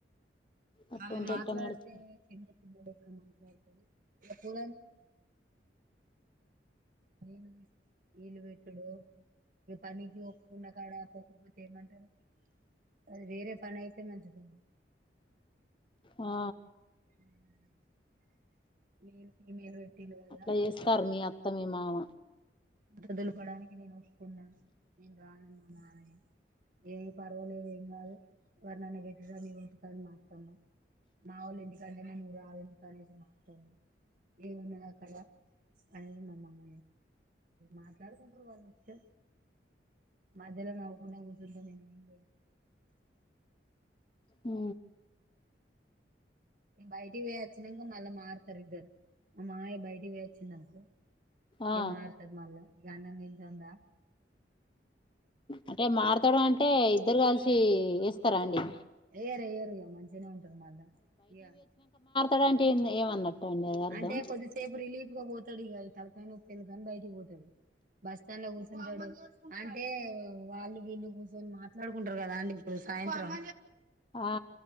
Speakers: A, on the left; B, on the right.
A: అట్లుంటే
B: ఆమె మాట్లాడితే
A: ఎట్లా నడుస్తు
B: చిన్న క్క మాట్లాడతే ఇ పల న నీళ్ళ విట్డు ఇ పనీకిన్న కాడా పోకపోతే ఏమంటారు అది వేరే పని అయితే మంచిగా ఉండు
A: ఆ
B: హ మేల్ ఫీమేల్ పెట్టిలు కదా
A: అట్లా చేస్తారు మీ అత్త మీ మామ
B: పంట దులు పడానికి నేను ఒప్పుకున్నాను నేను రాను మా మామయ్య ఏమి పర్వాలేదు ఏం కాదు ఎవరు నన్న పెట్ వంటకని మతామ మా వాళ్ళు ఎందుకంటేనే నువ్వు రాళ్ ఎందుకు అనేసి మాతామ ఏ ఉన్నాది అక్కడ అనేది మామమ మాట్లాడుకుంటారు వాళ్ళు ఎ మధ్యలా నవుకునే గుసుంట నే ఏం జాయ్య
A: హ
B: బయటికి వేయొచ్చాక మళ్ళా మారుతారు ఇద్దరు మా మాయ బయటకి వేచ్చిందనుకో
A: ఆ
B: ఏ మార్తది మళ్ల అన్నం తింటండా
A: అంటే మారతాడు అంటే ఇద్దరు కలిసి ఇస్తారా అండి
B: ఏయరు ఏయరు మంచినే ఉంటంది మళ్ళ ఇ
A: ఇలాంటి ఏమన్నట్టు అండి అది అర్థం
B: అంటే కొద్దిసేపు రిలీఫ్ గా పోతాడు ఇక అయితే కలకై నొప్పిందుకు అని బయటికి పోతాది బస్ స్టాండ్ లో కూర్చుంటాడు అంటే వాళ్ళు వీళ్ళు కూర్చొని మాట్లాడుకుంటారు కదా అండి ఇప్పుడు సాయంత్రం
A: ఆ